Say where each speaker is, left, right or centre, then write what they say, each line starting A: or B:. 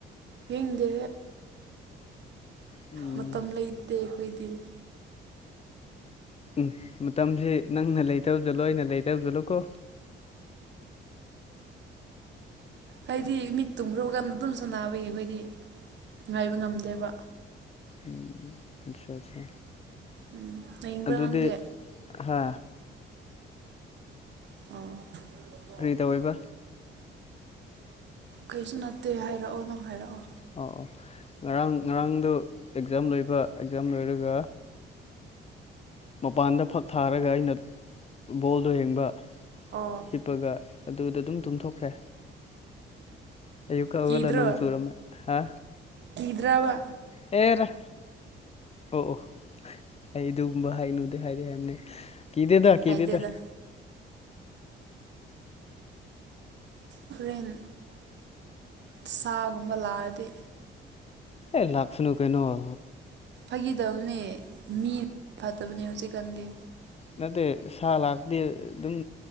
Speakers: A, on the right; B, on the left.
A: ꯌꯦꯡꯗꯦ
B: ꯎꯝ
A: ꯃꯇꯝ ꯂꯩꯇꯦ ꯑꯩꯈꯣꯏꯗꯤ
B: ꯎꯝ ꯃꯇꯝꯁꯤ ꯅꯪꯅ ꯂꯩꯇꯕꯖꯠꯂꯣ ꯑꯩꯅ ꯂꯩꯇꯕꯖꯠꯂꯣ ꯀꯣ
A: ꯍꯥꯏꯗꯤ ꯃꯤꯠ ꯇꯨꯝꯈ꯭ꯔꯕꯒ ꯑꯗꯨꯝ ꯁ ꯕꯌꯦ ꯑꯩꯈꯣꯏꯗꯤ ꯉꯥꯏꯕ ꯉꯝꯗꯦꯕ
B: ꯎ ꯑꯆꯥ ꯑꯆꯥ
A: ꯎꯝ ꯅꯌꯤꯡꯕ꯭ꯔꯥ
B: ꯑꯗꯨꯗꯤ
A: ꯅꯪꯗꯤ
B: ꯍꯥ
A: ꯑꯣꯥ
B: ꯀ꯭ꯔꯤ ꯇꯧ ꯑꯣꯏꯕ
A: ꯀꯩꯁꯨ ꯅꯠꯇꯦ ꯍꯥꯏꯔꯛꯑꯣ ꯅꯪ ꯍꯥꯏꯔꯛꯑꯣ
B: ꯑꯣꯧ ꯑꯣ ꯉꯔꯥꯡ ꯉꯔꯥꯡꯗꯨ ꯑꯦꯛꯖꯥꯝ ꯂꯣꯏꯕ ꯑꯦꯛꯖꯥꯝ ꯂꯣꯏꯔꯒ ꯃꯄꯥꯟꯗ ꯐꯛ ꯊꯥꯔꯒ ꯑꯩꯅ ꯕꯣꯜꯗꯣ ꯌꯦꯡꯕ
A: ꯑꯣ
B: ꯍꯤꯞꯄꯒ ꯑꯗꯨꯗ ꯑꯗꯨꯝ ꯇꯨꯝꯊꯣꯛꯈ꯭ꯔꯦ ꯑꯌꯨꯛꯀ ꯍꯧꯒꯠꯂ
A: ꯀꯗ꯭ꯔꯣ
B: ꯅꯣꯡ ꯆꯨꯔꯝꯃꯦ ꯍꯥ
A: ꯀꯗ꯭ꯔꯥꯕ
B: ꯑꯦꯔ ꯑꯣ ꯑꯣ ꯑꯩ ꯑꯗꯨꯒꯨꯝꯕ ꯍꯥꯏꯅꯨꯗꯦ ꯍꯥꯏꯗꯤ ꯍꯥꯏꯕꯅꯦ ꯀꯤꯗꯦꯗ ꯀꯤꯗꯦꯗ
A: ꯀꯥꯏꯗꯦꯗ ꯍꯣꯔꯦꯟ ꯁꯥꯒꯨꯝꯕ ꯂꯥꯛꯑꯗꯤ
B: ꯑꯦ ꯂꯥꯛꯁꯅꯨ ꯀꯩꯅꯣꯍ
A: ꯐꯈꯤꯗꯕꯅꯦ ꯃꯤꯅ ꯐꯠꯇꯕꯅꯦ ꯍꯧꯖꯤꯛꯀꯥꯟꯗꯤ
B: ꯅꯠꯇꯦ ꯁꯥ ꯂꯥꯛꯗꯤ ꯑꯗꯨꯝ